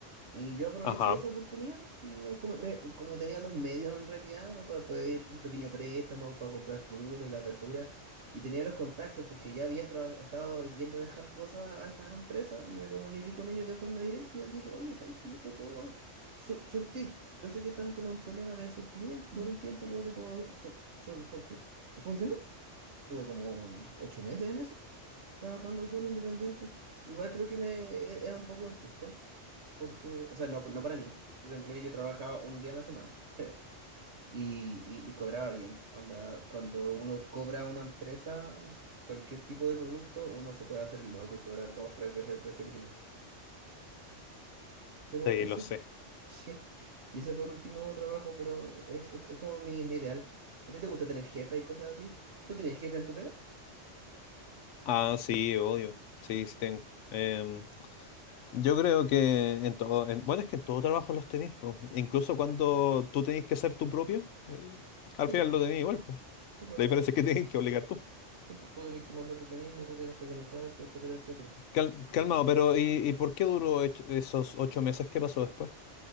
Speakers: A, on the right (about 65°); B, on the left (about 75°).
A: Y yo aproveché
B: ajá.
A: esa oportunidad y eh, como, me- como tenía los medios en realidad pa- para pedir un pequeño préstamo, para comprar fruta y las verduras, y tenía los contactos porque ya había tra- estado yendo a dejar cosas a estas empresas, me comuniqué con ellos de forma directa y les dije, oye, ¿sabes que Yo te puedo su- surtir. Yo sé que están con un problema de surtimiento, por un tiempo yo te puedo su- sur- surtir. Y funcionó. Tuve como ocho meses en eso, trabajando solo, independiente. Igual creo que me e, era un poco injusto porque, o sea, no, no para mí, porque en realidad yo trabajaba un día a la semana <laughs> y, y- y cobraba bien. Onda, cuando uno cobra a una empresa, cualquier tipo de producto, uno se puede hacer el loco y cobrar dos, tres veces el precio original. Pero
B: Sí,
A: ese,
B: lo sé.
A: <laughs> sí, y ese fue el último trabajo, pero es, es, es como mi, mi ideal. ¿A ti te gusta tener jefe y cosas así? ¿Tú tienes jefe en tu pega?
B: Ah, sí, obvio. Sí, sí tengo. Em, yo creo que en todo, en- bueno, es que en todo trabajo los tenéis, po. Incluso cuando tú tenés que ser tu propio, eh, al
A: Sí,
B: final
A: pues,
B: lo tenés igual, po.
A: sí, pues
B: La
A: al
B: diferencia
A: final,
B: es que <laughs> tenés que obligar tú.
A: sí, pues, tú tenés que mandarte a ti mismo, tú tienes que organizarte, etcétera, etcétera.
B: Cal- calmado, pero ¿y, y por qué duró ech- esos ocho meses? ¿Qué pasó después?